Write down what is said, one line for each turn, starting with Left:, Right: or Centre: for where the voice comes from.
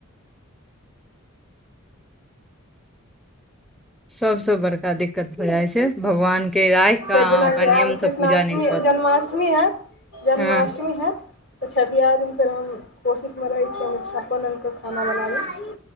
Centre: सबसे बड़का दिक्कत हो जाइ छै भगवान के राखि कऽ
Left: फेर
Centre: अहाँ
Left: जेनाकि
Centre: ओकरा नियमसँ
Left: आब कृष्णाष्टमी
Centre: पूजा नहि कऽ
Left: जन्माष्टमी हए जन्माष्टमी
Centre: हँ
Left: है। तऽ छठिियार दिन फेर हम कोशिशमे रहै छीै हममे छप्पन रङ्गके खाना बनाबी।